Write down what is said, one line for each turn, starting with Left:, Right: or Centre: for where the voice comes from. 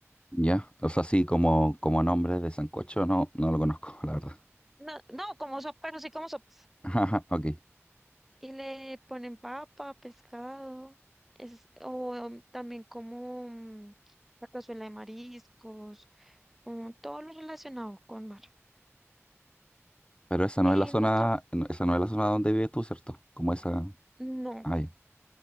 Left: ¿Ya? O sea, sí, como, como nombre de sancocho, no, no lo conozco, la verdad.
Centre: No, no como sopa, pero sí como sopa.
Left: <laughs> Ajá, ok.
Centre: Y le ponen papa, pescado, es, o um, también como mm, la cazuela de mariscos, mm, todo lo relacionado con mar.
Left: Pero esa
Centre: En
Left: no es la zona,
Centre: otra,
Left: no- esa no es la zona donde vives tú, ¿cierto? Como esa...
Centre: no,
Left: Ah, ya.